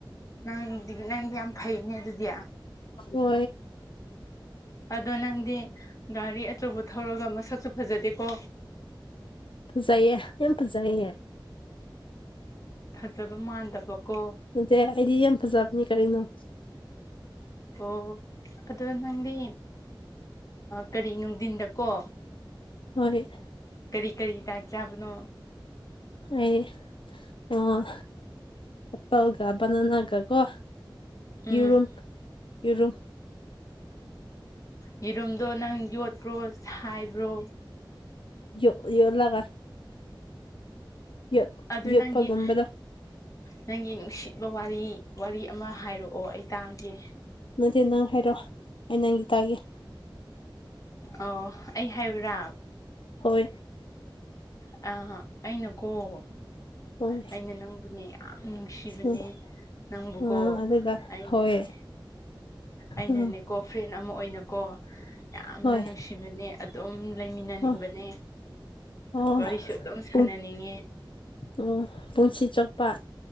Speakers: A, on the left; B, on the left.
A: ꯅꯪꯗꯤ ꯅꯪꯗꯤ ꯌꯥꯝ ꯐꯩꯅꯦ ꯑꯗꯨꯗꯤ꯫
B: <unintelligible>
A: ꯑꯗꯣ ꯅꯪꯗꯤ ꯒꯥꯔꯤ ꯑꯆꯧꯕ ꯊꯧꯔꯒ ꯃꯁꯛꯁꯨ ꯐꯖꯗꯦꯀꯣ꯫
B: ꯐꯖꯩꯌꯦ ꯌꯥꯝ ꯐꯖꯩꯌꯦ꯫
A: ꯐꯖꯕ ꯃꯥꯟꯗꯕꯀꯣ
B: ꯅꯠꯇꯦ ꯑꯩꯗꯤ ꯌꯥꯝ ꯐꯖꯕꯅꯤ ꯀꯔꯤꯅꯣ
A: ꯑꯣ ꯑꯗꯣ ꯅꯪꯗꯤ ꯀꯔꯤ ꯅꯨꯡꯗꯤꯟꯗꯀꯣ
B: ꯍꯣꯏ
A: ꯀꯔꯤ ꯀꯔꯤ ꯗꯥꯏꯠ ꯆꯥꯕꯅꯣ
B: ꯑꯩ ꯑꯣ ꯑꯦꯄꯜꯒ ꯕꯥꯟꯅꯥꯅꯒ ꯀꯣ
A: ꯎꯝ
B: ꯌꯦꯔꯨꯝ ꯌꯦꯔꯨꯝ
A: ꯌꯦꯔꯨꯝꯗꯣ ꯅꯪ ꯌꯣꯠꯄ꯭ꯔꯣ ꯁꯥꯏꯕ꯭ꯔꯣ
B: ꯌꯣ ꯌꯣꯠꯂꯒ ꯌꯣ
A: ꯑꯗꯨ
B: ꯌꯣꯠꯄꯒꯨꯝꯕꯗꯣ
A: ꯅꯪꯒꯤ ꯅꯪꯒꯤ ꯅꯨꯡꯁꯤꯕ ꯋꯥꯔꯤ ꯋꯥꯔꯤ ꯑꯃ ꯍꯥꯏꯔꯛꯑꯣ ꯑꯩ ꯇꯥꯒꯦ꯫
B: ꯅꯠꯇꯦ ꯅꯪ ꯍꯥꯏꯔꯛꯑꯣ ꯑꯩ ꯅꯪꯒꯤ ꯇꯥꯒꯦ꯫
A: ꯑꯣ ꯑꯩ ꯍꯥꯏꯌꯨꯔꯥ
B: ꯍꯣꯏ
A: ꯑ ꯑꯩꯅꯀꯣ
B: ꯍꯣꯏ
A: ꯑꯩꯅ ꯅꯪꯕꯨꯅꯦ ꯌꯥꯝ ꯅꯨꯡꯁꯤꯕꯅꯦ
B: ꯎꯝ
A: ꯅꯪꯕꯨꯀꯣ
B: ꯑꯥ ꯑꯗꯨꯒ
A: ꯑꯩꯅꯅꯦ
B: ꯍꯣꯏ
A: ꯑꯩꯅꯅꯦꯀꯣ
B: ꯎꯝ
A: ꯐ꯭ꯔꯦꯟ ꯑꯃ ꯑꯣꯏꯅꯀꯣ ꯌꯥꯝꯅ
B: ꯍꯣꯏ
A: ꯅꯨꯡꯁꯤꯕꯅꯦ ꯑꯗꯨꯝ ꯂꯩꯃꯤꯟꯅꯅꯤꯡꯕꯅꯦ
B: ꯑꯣ ꯑꯣ
A: ꯋꯥꯔꯤꯁꯨ ꯑꯗꯨꯝ ꯁꯥꯟꯅꯅꯤꯡꯉꯤ
B: ꯄꯨꯡ ꯑꯣ ꯄꯨꯟꯁꯤ ꯆꯨꯞꯄ